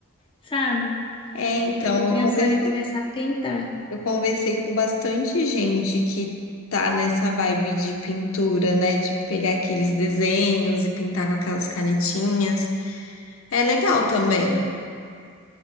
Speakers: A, on the left; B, on the left.
A: sabe?
B: É, então
A: Eu tô
B: eu
A: pensando
B: conversei,
A: em começar a pintar.
B: eu conversei com bastante gente que tá nessa vibe de pintura, né? De pegar aqueles desenhos e pintar com aquelas canetinhas. É legal também.